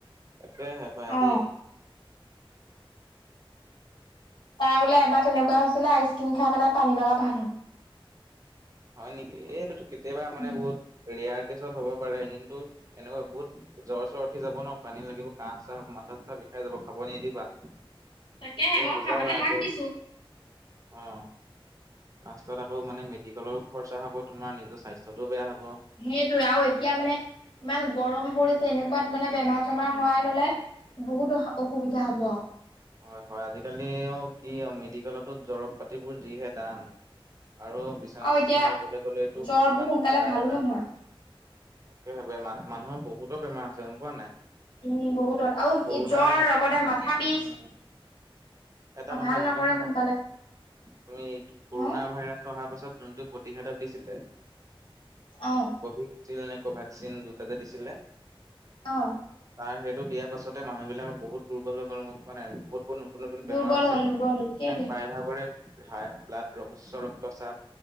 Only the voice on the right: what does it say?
তাকে সপাই
দেই।
হয় নেকি এইটো কেতিয়াবা মানে
বহুত হেৰি এয়াৰ কেছত হ'ব পাৰে কিন্তু এনেকুৱা বহুত জ্বৰ চ্বৰ উঠি যাব ন পানী লাগিব কাহ চাহ মাথা। বিষাই যাব খাব নিদিবা তুমি
বুজাবা
আকৌ।
অ পাষ্টত আকৌ মানে মেডিকেলৰো খৰচা হ'ব তোমাৰ নিজৰ স্বাস্থ্যটোও বেয়া হ।
হয় হয় আজিকালি অ কি মেডিকেলতো দৰৱ পাতিবোৰ যিহে দাম। আৰু বিচনা
চিচনা লবলৈ গলে টো
কিমান
হাজাৰ
হাজাৰ
কৰি তাকে বেমা মানুহৰ বহুতো বেমাৰ হৈছে গম পোৱা নাই।
কৰোণাই
উম, এটা
কথা
গম
পাইছা না
ত তুমি কৰোণা
ভাইৰাছ। অ পাছত যোনটোক প্ৰতিষেধক দিছিলে।
ক ভোক্সিন দুটাতে দিছিলে।
তাৰ সেইটো দিয়াৰ পাছতে মানুহ বিলাক বহুত দুৰ্বল হৈ গল গম পোৱা নাই। বহুত নতুন নতুন বেমাৰ
আছে
প্ৰায়ভাগৰে। হাই ব্লড ৰঘুচ্চ ৰক্তচাপ